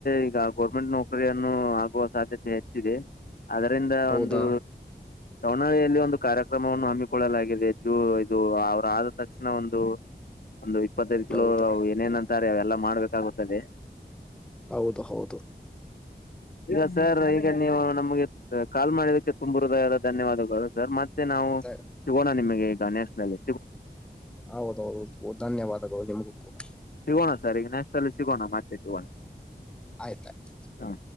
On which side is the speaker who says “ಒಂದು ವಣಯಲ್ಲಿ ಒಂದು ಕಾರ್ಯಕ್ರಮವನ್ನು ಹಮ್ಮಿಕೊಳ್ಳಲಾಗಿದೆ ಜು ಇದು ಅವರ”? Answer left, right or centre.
Left